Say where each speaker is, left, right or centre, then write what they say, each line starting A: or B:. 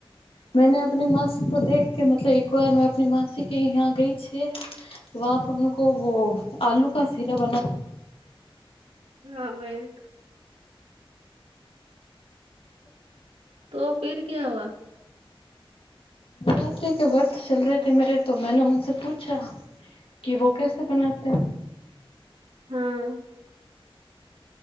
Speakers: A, on the left; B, on the right.
A: મેને આપની મોસી કો દે કે મતલબ એક વાર મે આપની માસી કે યા ગઈ છીએ તોકો વ આલુ કા સીરા બના
B: હા બેવે
A: <inaudible>
B: તો ફિર ક્યા હૂઆ
A: નવરાત્રી કે વ્રત ચલ ર થે મેરે તો મેને સે પૂછા. કે વો કેસે બનાતે.
B: હા.